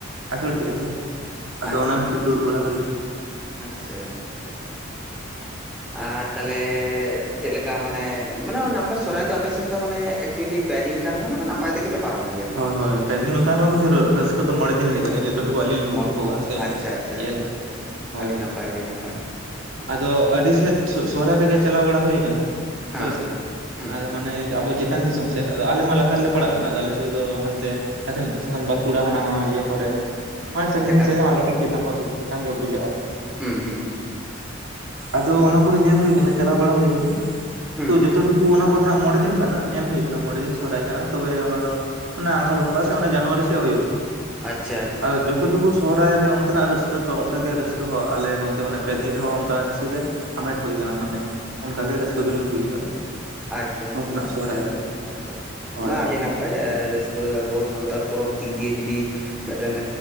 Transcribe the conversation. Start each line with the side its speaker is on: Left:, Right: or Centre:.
Right: ᱟᱹᱥᱩᱲ ᱠᱮᱜ-ᱟ ᱥᱮ, ᱟᱫᱚ
Centre: ᱟᱪᱪᱷᱟ
Right: ᱚᱱᱟ ᱠᱷᱟᱹᱛᱤᱨ
Centre: ᱟᱪᱪᱷᱟ ᱟᱪᱷᱟ
Right: ᱫᱩᱲᱩᱵ ᱵᱟᱲᱟ ᱦᱩᱭ
Centre: ᱟᱪᱪᱷᱟ ᱟᱪᱪᱷᱟ ᱟᱪᱷᱟ ᱟᱪᱷᱟ᱾ ᱟᱨ ᱛᱟᱦᱚᱞᱮ ᱪᱮᱫ ᱞᱮᱠᱟ ᱢᱟᱱᱮ ᱢᱟᱱᱮᱣ ᱥᱚᱨᱦᱟᱭ ᱫᱚ ᱟᱯᱮᱥᱮᱱ ᱫᱚ ᱢᱟᱱᱮ ᱮᱠᱪᱩᱭᱮᱞᱤ ᱯᱮ ᱫᱤᱱ ᱠᱟᱱ ᱨᱮᱦᱚᱸ ᱢᱟᱱᱮᱼᱼ ᱱᱟᱯᱟᱭ ᱛᱮᱜᱮᱯᱮ ᱯᱟᱨᱚᱢ ᱜᱮᱭᱟ,
Right: ᱦᱳᱭ ᱦᱳᱭ ᱯᱮᱫᱤᱱ ᱱᱚ ᱠᱟᱱ ᱨᱮᱦᱚᱸ ᱠᱤᱱᱛᱩ ᱨᱟᱹᱥᱠᱟᱹ ᱫᱚ ᱢᱚᱬᱮ ᱫᱤᱱ ᱞᱮᱠᱟᱜᱮ ᱡᱮᱼᱼ ᱡᱮᱴᱩᱠᱩ ᱟᱹᱞᱤᱧ ᱞᱤᱧ
Centre: ᱢᱚ
Right: ᱩᱯᱩᱵᱚᱜ-ᱟ ᱥᱮ <unintelligible>
Centre: ᱟᱪᱪᱷᱟ ᱟᱪᱪᱷᱟ ᱟᱪᱪᱷᱟ ᱟᱪᱪᱷᱟ ᱟᱪᱪᱷᱟ
Right: ᱦᱳᱭ
Centre: ᱟᱹᱰᱤ ᱱᱟᱯᱟᱭ ᱟᱹᱰᱤ ᱱᱟᱯᱟᱭ
Right: <inaudible>
Centre: ᱮᱠᱫᱚᱢ
Right: ᱟᱫᱚ ᱟᱹᱰᱤ ᱥᱮᱫ ᱥᱚᱦᱨᱟᱭ ᱨᱮᱜᱮ ᱪᱟᱞᱟᱣ ᱵᱟᱲᱟ ᱦᱩᱭ ᱠᱟᱱᱟ
Centre: ᱦᱮᱸ
Right: ᱦᱳᱭᱥᱮ
Centre: ᱦᱩᱸ
Right: ᱟᱨ ᱢᱟᱱᱮ ᱟᱵᱚ ᱼᱼ ᱪᱮᱛᱟᱱ ᱫᱤᱥᱚᱢ ᱥᱮᱫ ᱟᱞᱮ ᱢᱟ ᱞᱟᱛᱟᱨ ᱞᱮ ᱯᱟᱲᱟᱜ ᱠᱟᱱᱟ ᱟᱫᱚ ᱟᱞᱮᱥᱮᱫ ᱫᱚ ᱦᱟᱱᱛᱮ <unintelligible> ᱵᱟᱸᱠᱩᱲᱟ ᱦᱟᱱᱟ ᱤᱭᱟᱹ ᱠᱚᱨᱮ, ᱢᱟᱱᱮ ᱥᱟᱺᱜᱤᱧ
Centre: ᱮᱠᱟᱞ
Right: ᱥᱮᱫ ᱟᱞᱮ ᱠᱷᱚᱱ ᱪᱮᱛᱟᱱ ᱠᱷᱚᱱ ᱪᱮᱛᱟᱱ ᱜᱮ ᱵᱩᱡᱷᱟᱹᱜ-᱾ᱟ
Centre: ᱦᱩᱸᱻ ᱦᱩᱸ
Right: ᱟᱫᱚ ᱚᱱᱟ ᱠᱚᱨᱮ ᱧᱮᱞ ᱦᱩᱭ ᱠᱟᱱᱟ ᱪᱟᱞᱟᱣ ᱵᱟᱲᱟ ᱦᱩᱭ ᱠᱟᱱᱟ
Centre: ᱦᱩᱸ
Right: ᱛᱚ ᱡᱚ ᱛᱟᱰᱩᱠᱩ ᱚᱱᱟ ᱠᱚᱨᱮᱱᱟᱜ ᱢᱚᱬᱮ ᱫᱤᱱ ᱠᱟᱱᱟ ᱧᱮᱞ ᱦᱩᱭ ᱟᱠᱟᱱᱟ ᱢᱚᱬᱮ ᱫᱤᱱ ᱥᱚᱦᱚᱨᱟᱭ ᱠᱟᱱᱟ ᱛᱚᱵᱮ ᱚᱱᱟ ᱫᱚ, ᱚᱱᱟ ᱟᱸᱜᱷᱟᱲ ᱵᱚᱸᱜᱟ ᱥᱮ ᱚᱱᱟ ᱡᱟᱱᱩᱣᱟᱨᱤ ᱥᱮᱫ ᱦᱩᱭᱩᱜ-ᱟ <inaudible>
Centre: ᱟᱪᱪᱷᱟ ᱟᱪᱪᱷᱟ
Right: ᱟᱫᱚ
Centre: ᱟᱪᱪᱷᱟ
Right: ᱡᱚᱛᱚ
Centre: ᱟᱪᱪᱷᱟ
Right: ᱴᱩᱠᱩ ᱥᱚᱦᱚᱨᱟᱭ ᱨᱮ ᱚᱱᱛᱮᱱᱟᱜ ᱨᱟᱹᱥᱠᱟᱹ ᱛᱚ ᱚᱱᱠᱟ ᱜᱮ ᱨᱟᱹᱥᱠᱟᱹ ᱦᱚᱸ ᱟᱞᱮ ᱱᱚᱱᱛᱮ ᱢᱟᱱᱮ ᱯᱮ ᱫᱤᱱ ᱨᱮᱦᱚᱸ ᱚᱱᱠᱟᱱᱟᱜ ᱨᱟᱹᱥᱠᱟᱹ ᱜᱮ ᱦᱟᱢᱮᱴ ᱦᱩᱭ ᱟᱠᱟᱱᱟ ᱢᱟᱱᱮ ᱚᱱᱠᱟᱜᱮ ᱨᱟᱹᱥᱠᱟᱹ ᱫᱚᱞᱤᱧ ᱵᱩᱡ ᱟᱠᱟᱫᱟ᱾
Centre: ᱟᱪᱪᱷᱟ ᱟᱪᱪᱷᱟ
Right: ᱱᱚᱛᱮᱱᱟᱜ ᱥᱚᱦᱨᱟᱭ
Centre: ᱟᱪᱷᱟ
Right: ᱨᱮᱦᱚᱸ
Centre: ᱟᱪᱷᱟ ᱟᱪᱷᱟ
Right: ᱦᱳᱭ
Centre: ᱢᱟ
Right: ᱦᱳᱭ
Centre: ᱟᱹᱰᱤ ᱱᱟᱼᱼ ᱯᱟᱭ ᱨᱟᱹᱥᱠᱟᱹ ᱟᱵᱚ ᱥᱟᱱᱛᱟᱲ ᱯᱚᱨᱚᱵᱽ ᱫᱤᱠ ᱫᱤᱭᱮ ᱡᱩᱫᱤ ᱢᱤᱫᱴᱮᱱ